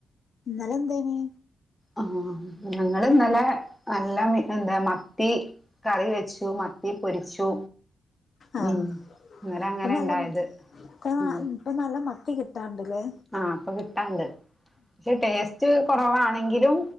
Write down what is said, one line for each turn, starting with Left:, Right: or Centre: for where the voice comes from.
Left: ഇന്നലെ എന്തേനീ
Centre: ആഹ് ഞങ്ങളിന്നലെ നല്ല എന്താ മത്തി കറി വെച്ചു മത്തി പൊരിച്ചു
Left: ആഹ്
Centre: ഉം ഇന്നലങ്ങനെണ്ടായത്
Left: ഇപ്പൊ നല്ല ഇപ്പ
Centre: ഉം
Left: ഇപ്പൊ നല്ല മത്തി കിട്ടാണ്ട്ല്ലേ
Centre: ആഹ് ഇപ്പൊ കിട്ടാണ്ട് പക്ഷെ ടേസ്റ്റ് കുറവാണെങ്കിലും